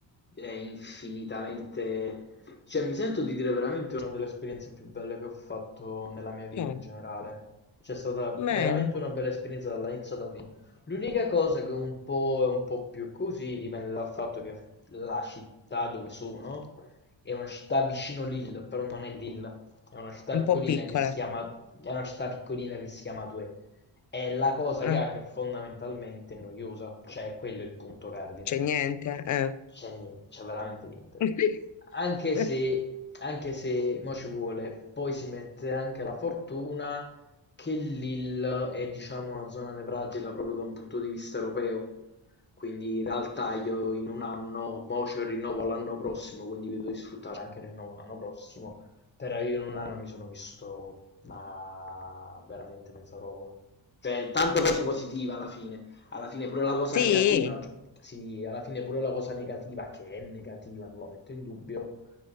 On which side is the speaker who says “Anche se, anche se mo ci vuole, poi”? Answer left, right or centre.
Left